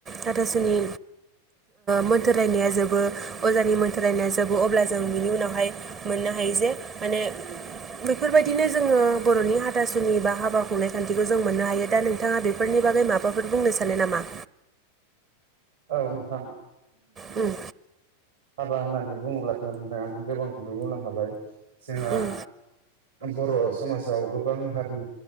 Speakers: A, on the right; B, on the right.
A: हाथासुनि मोनथोर रायनाया जोबो अजानि मोनथोर रायनाय जोबो अब्ला जों बिनि उनावहाय मोननो हायो जे माने बेफोरबायदिनो जोङो बर'नि हाथासुनि बा हाबा खुंनाय खान्थिखौ जों मोननो हायो दा नों बिथाङा बेफोरनि बागै माबाफोर बुंनो सानो नामा?
B: औ नोंथां
A: ओम
B: हाबा होननानै बुङोब्लाथ' नोंथाङानो गोबांखौनो बुंलांखाबाय जोंहा
A: उम
B: बर' समाजाव गोबां हारि